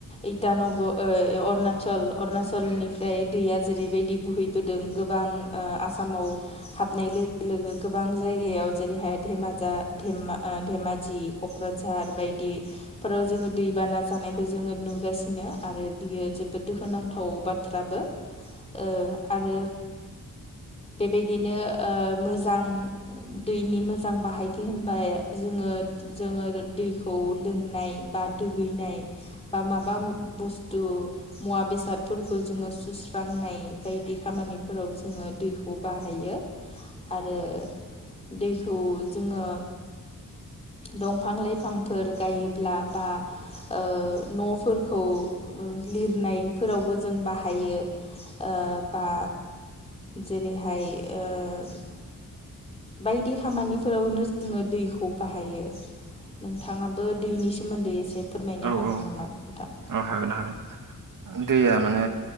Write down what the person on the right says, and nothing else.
औ
औ
औ हागोन हागोन दैया माने